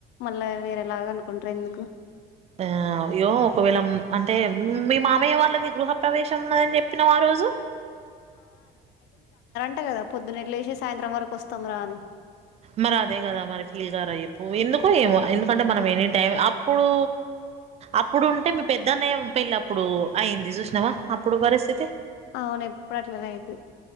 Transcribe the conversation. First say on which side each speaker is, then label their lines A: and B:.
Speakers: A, on the left; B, on the right.
A: మళ్ళా వేరేలాగా అనుకుంటారు ఎందుకు
B: ఆ అయ్యో ఒకవేళ అంటే మీ మామయ్య వాళ్ళది గృహ ప్రవేశ ఉమ అని చెప్పినాం ఆ రోజు
A: అంట కదా పొద్దున్నెలు వేసి సాయంత్రం వరకు వస్తం రా అని
B: మరి అదే కదా మరి ఫీల్గారు అయ్యప్పు ఎందుకో ఏమో ఎందుకంటే మనం ఎనీ టైం అప్పుడు అప్పుడుంటే మీ పెద్దన్నయ పెళ్ళ అప్పుడు అయిింది చూసినావా అప్పుడు పరిస్థితి
A: అవును ఎప్పుడు అట్లనే అయితది